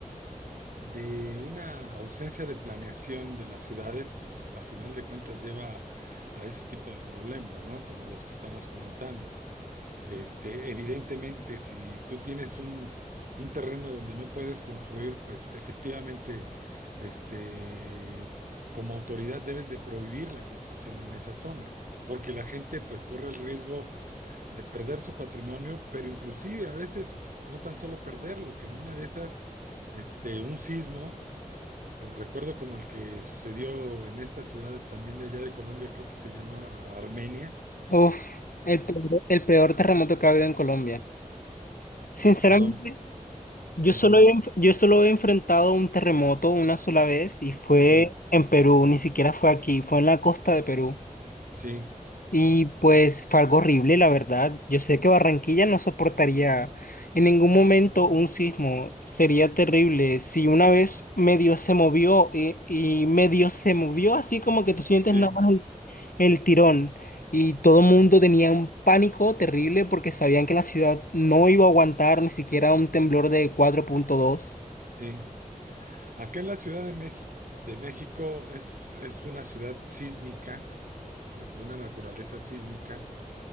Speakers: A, on the right (about 70°); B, on the left (about 80°).
A: de una ausencia de planeación de las ciudades, pues a final de cuentas lleva a ese tipo de problemas, ¿no? Como los que estamos comentando. Este, evidentemente, si tú tienes un, un terreno donde no puedes construir, pues efectivamente, este, como autoridad debes de prohibir la construcción en esa zona, porque la gente pues corre el riesgo de perder su patrimonio, pero inclusive a veces no tan solo perderlo, que en una de esas, este, un sismo, como recuerdo como el que sucedió en esta ciudad también de allá de Colombia, creo que se llama Armenia,
B: Uf, el peor, el peor terremoto que ha habido en Colombia. Sinceramente,
A: perdón.
B: yo
A: ujú,
B: solo he, enf- yo solo he enfrentado un terremoto una sola vez y fue
A: Sí.
B: en Perú, ni siquiera fue aquí, fue en la costa de Perú.
A: Sí,
B: Y pues fue algo horrible, la verdad. Yo sé que Barranquilla no soportaría en ningún momento un sismo. Sería terrible. Si una vez medio se movió eh, y, medio se movió, así como que tú sientes
A: sí,
B: nada más el, el tirón. Y todo el mundo tenía un pánico terrible porque sabían que la ciudad no iba a aguantar ni siquiera un temblor de cuatro punto dos
A: sí. Acá en la Ciudad de México, de México es, es una ciudad sísmica, que- de una naturaleza sísmica.